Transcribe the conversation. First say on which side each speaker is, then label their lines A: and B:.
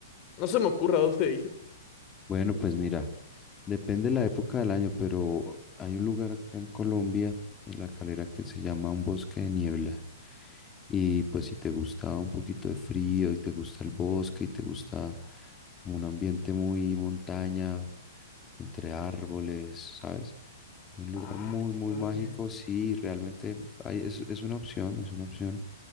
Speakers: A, on the left; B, on the left.
A: No se me ocurre a <laughs> dónde ir.
B: Bueno, pues mira, depende de la época del año, pero hay un lugar acá en Colombia, en La Calera, que se llama un bosque de niebla. Y pues si te gusta un poquito de frío y te gusta el bosque y te gusta como un ambiente muy montaña, entre árboles, ¿sabes? Hay un lugar
A: Ay,
B: muy,
A: qué
B: muy
A: padre.
B: mágico, sí, realmente hay- es, es una opción, es una opción